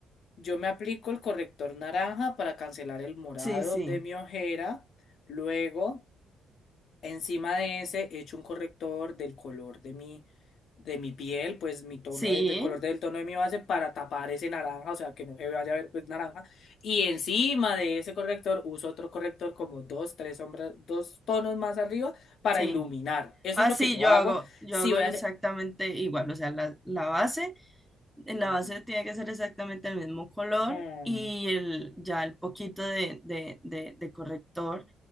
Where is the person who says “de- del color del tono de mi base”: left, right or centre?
Left